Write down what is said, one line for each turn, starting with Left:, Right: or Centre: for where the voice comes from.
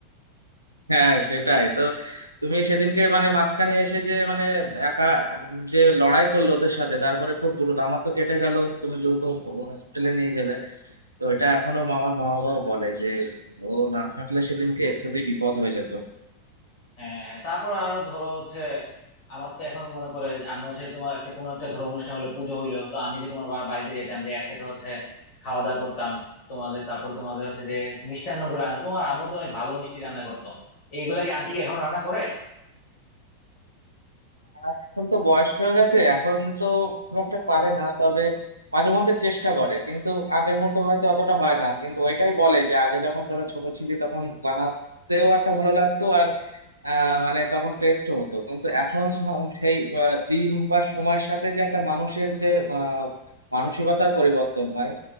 Right: হ্যাঁ সেটাই তো তুমি সেদিনকে মানে মাঝখানে এসে যে মানে একা যে লড়াই করলো ওদের সাথে তারপরে খুব দ্রুত আমার তো কেটে গেল তুমি দ্রুত হসপিটালে নিয়ে গেলে তো এটা এখনো আমার মা বাবা বলে যে ও না থাকলে সেদিনকে খুবই বিপদ হয়ে যেত
Left: হ্যাঁ হ্যাঁ তারপর আরো ধরো হচ্ছে আমার তো এখনো মনে পড়ে যে আমরা হচ্ছে তোমার একটা কোনো একটা ধরো অনুষ্ঠান হলো পুজো হইলো তো আমি যে তোমার বা- বাড়িতে যেতাম যে একসাথে হচ্ছে খাওয়া দাওয়া করতাম তোমাদের তারপর তোমাদের হচ্ছে যে মিষ্টান্ন গুলো রান্না তোমার আম্মু তো অনেক ভালো মিষ্টি রান্না করতো এইগুলা কি আন্টি কি এখনো রান্না করে
Right: আর এখন তো বয়স হয়ে গেছে এখন তো খুব একটা পারে না তবে মাঝে মধ্যে চেষ্টা করে কিন্তু আগের মতো হয়তো অতটা হয় না কিন্তু ওইটাই বলে যে আগে যখন তোরা ছোট ছিলি তখন বানাতেও একটা ভালো লাগতো আর আহ, মানে তখন টেস্টও হতো কিন্তু এখন হ- সেই আহ, দিন বা সময়ের সাথে যে একটা মানুষের যে আহ, মানসিকতার পরিবর্তন হয়